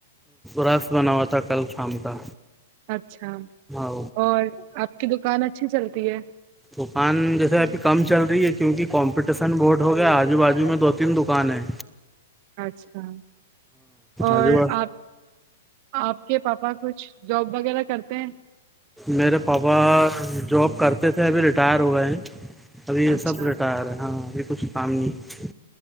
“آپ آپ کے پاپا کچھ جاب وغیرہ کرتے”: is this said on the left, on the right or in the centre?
Right